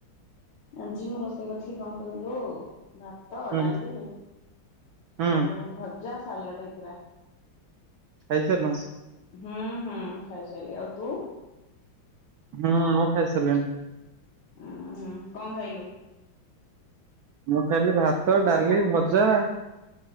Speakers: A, on the left; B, on the right.
A: ଆଜି ମୁଁ ରୋଷେଇ କରିଥିଲି କଣ କହିଲୁ ଭା ଭାତ
B: ହୁଁ
A: ଡାଲି ଓ
B: ହୁଁ
A: ଭଜା ସାଲାଡେ ହେଇଥିଲା।
B: ଖାଇ <unintelligible>
A: ହଁ ହଁ ଖାଇସାରିଲି ଆଉ ତୁ?
B: ହୁଁ ମୁଁ ଖାଇସାରିଲିଣି।
A: ଉଁ ହୁଁ କଣ ଖାଇଲୁ?
B: ମୁଁ ଖାଇଲି ଭାତ ଡାଲି ଭଜା